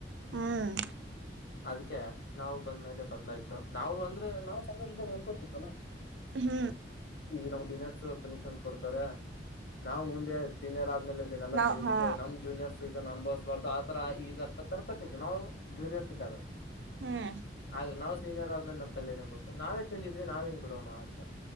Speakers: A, on the right (about 80°); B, on the left (about 65°).
A: ಹ್ಮ್
B: ಅದಕ ನಾವು ಬಂದ್ಮೇಲೆ ಬದ್ಲಾಯ್ತ ನಾವು ಅಂದ್ರೆ ನಾವು ಸಣೆ ಇದ್ದಾಗ ಅಂದನ್ಕೋತಿದ್ಲ್ಲಾ
A: ಹ್ಮ್
B: ಈಗ ನಮ್ ಸೀನಿಯರ್ಸ್ ಪನಿಶ್ಮೆಂಟ್ ಕೊಡ್ತಾರೆ ನಾವು ಮುಂದೆ ಸೀನಿಯರ್ ಆದ ಮೇಲೆ ಇದೆ ಎಲ್ಲ
A: ನಾವ್
B: ತೆಗಬೇಕು
A: ಹಾ
B: ನಮ್ಮ ಜೂನಿಯರ್ ಇದನ್ನು ಅನುಭವಿಸ್ಬಾರ್ದು ಆ ರ ಈರ ತನ್ಕೊತಿದ್ದು ನಾವು ಜೂನಿಯರ್ಸ್ ಇದ್ದಾಗ
A: ಹ್ಮ್
B: ಆದ್ರೆ ನಾವು ಸೀನಿಯರ್ ಆದ್ಮೇಲೆ ನಮ ತಲೆೇಗೆಬೊತ್ತು ನಾವೇ ತಿಂದಿದ್ವಿ ನಾವ ಹೆಂಗ್ ಬಿಡೋಣ ಆತಾ